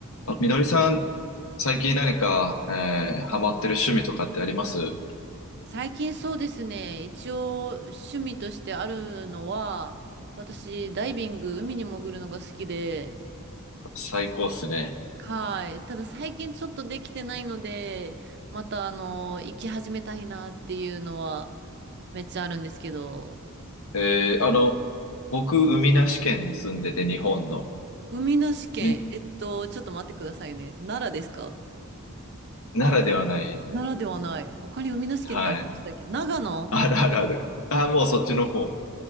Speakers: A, on the left; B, on the right.
A: あ、みのりさん、最近何か、えーハマってる趣味とかってあります
B: 最近そうですね。一応趣味としてあるのは、私ダイビング、海に潜るのが好きで、
A: 最高っすね。
B: はい。ただ最近ちょっとできてないので、またあの、行き始めたいなっていうのはめっちゃあるんですけど、
A: えーあの、僕、海なし県に住んでて、日本の、
B: 海なし県、
A: み、
B: えっと、ちょっと待ってくださいね。奈良ですか
A: ならではない。
B: 奈良ではない。他に海なし県ってありましたっけ長野
A: はい。あるあるある。あ、もうそっちの方。